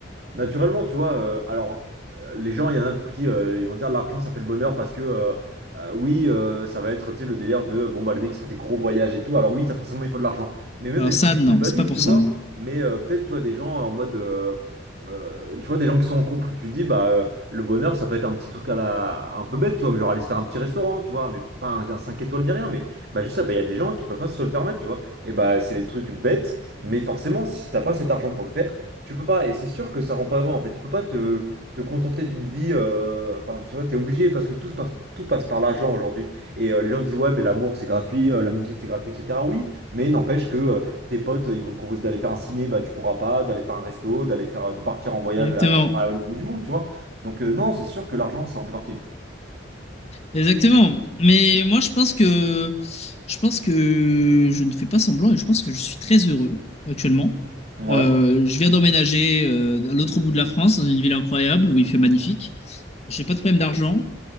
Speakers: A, on the right; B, on the left.
A: Naturellement, tu vois, euh, alors euh, les gens, il y en a pour qui euh, ils vont dire l'argent ça fait le bonheur parce que euh, euh, oui, euh, ça va être tu sais, le délire de bon bah les mecs qui font des gros voyages et tout, alors oui, ça forcément il faut de l'argent, mais même
B: Alors
A: des
B: ça,
A: trucs
B: non,
A: plus basiques,
B: c'est pas pour
A: tu
B: ça,
A: vois,
B: moi.
A: mais euh, peut-être tu vois des gens en mode euh, euh, tu vois, des gens qui sont en couple, tu te dis bah euh, le bonheur ça peut être un petit truc à la un peu bête, tu vois, mais genre aller se faire un petit restaurant, tu vois, mais pas un, un 5 étoiles ni rien, mais bah juste ça, bah il y a des gens qui peuvent pas se le permettre, tu vois, et bah c'est des trucs bêtes, mais forcément si t'as pas cet argent pour le faire. Tu peux pas, et c'est sûr que ça rend pas heureux en fait. Tu peux pas te, te contenter d'une vie. euh, Enfin, tu vois, t'es obligé parce que tout passe, tout passe par l'argent aujourd'hui. Et euh, les gens disent, ouais, mais l'amour c'est gratuit, euh, l'amitié c'est gratuit, etc. Oui, mais n'empêche que euh, tes potes ils vont te proposer d'aller faire un ciné, bah tu pourras pas, d'aller faire un resto, d'aller faire, euh, de partir en voyage,
B: Exactement,
A: alors pas au bout du monde, tu vois. Donc, euh, non, c'est sûr que l'argent ça en fait partie.
B: exactement. Mais moi, je pense que je pense que je ne fais pas semblant et je pense que je suis très heureux actuellement.
A: Ouais,
B: Euh, je viens d'emménager euh, à l'autre bout de la France, dans une ville incroyable où il fait magnifique. J'ai pas de problème d'argent.